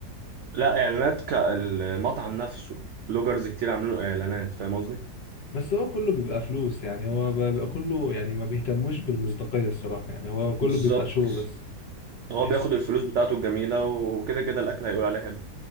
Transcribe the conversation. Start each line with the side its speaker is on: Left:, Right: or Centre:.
Right: لا اعلانات كالمطعم نفسه بلوجرز كتير عاملين له اعلانات فاهم قصدي؟
Left: بس هو كله بيبقى فلوس يعني هو ب- بيبقى كله يعني ما بيهتموش بالمصداقية الصراحة يعني هو كله
Right: بالظبط
Left: بيبقى شو بس
Right: هو
Left: بحس
Right: بياخد الفلوس بتاعته الجميلة وكده كده الاكل هيقول عليه حلو